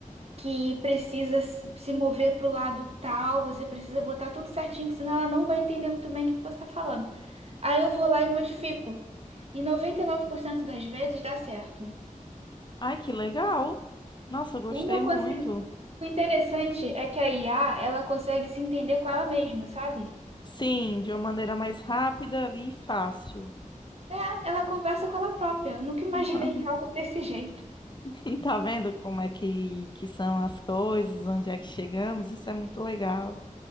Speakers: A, on the right; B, on the left.
A: que precisa se se mover para o lado tal, você precisa botar tudo certinho, que senão ela não vai entender muito bem o que você está falando. Aí eu vou lá e modifico. E 99% das vezes dá certo.
B: Ai, que legal. Nossa, gostei
A: Uma
B: muito.
A: consegue... O interessante é que a IA, ela consegue se entender com ela mesma, sabe?
B: Sim, de uma maneira mais rápida ali e fácil.
A: É, ela conversa com ela própria. Eu nunca imaginei
B: <laughs>
A: <laughs> algo desse jeito.
B: E tá vendo como é que, que são as coisas, onde é que chegamos? Isso é muito legal